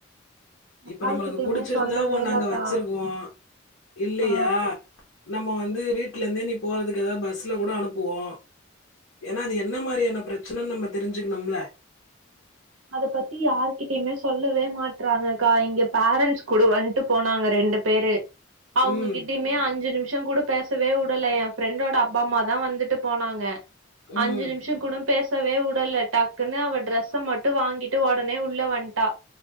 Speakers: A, on the left (about 80°); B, on the right (about 80°).
A: இப்ப
B: யாருகிட்டயுமே
A: நம்மளுக்கு புடிச்சிருந்தா
B: சொல்லவே
A: ஒன்ன
B: இல்லக்கா
A: அங்க வச்சிருக்குவோ இல்லயா
B: ஆ
A: நம்ம வந்து வீட்லேந்தே நீ போறதுக்கு எதாது பஸ்ல கூட அனுப்புவோ ஏனா அது என்ன மாரியான பிரச்சனன்னு நம்ம தெரிஞ்சிக்கினுமுல
B: அத பத்தி யார்கிட்டயிமே சொல்லவே மாட்றாங்கக்கா இங்க பேரண்ட்ஸ் கூட வண்ட்டு போனாங்க ரெண்டு பேரு அவுங்ககிட்டயிமே
A: ம்.
B: அஞ்சி நிமிஷோ கூட பேசவே உடல ஏ ஃப்ரண்டோட அப்பா அம்மா தா வந்துட்டு போனாங்க அஞ்சி
A: ம்.
B: நிமிஷ கூடம் பேசவே உடல டக்குன்னு அவ டிரஸ்ஸமட்டு வாங்கிட்டு ஒடனே உள்ள வன்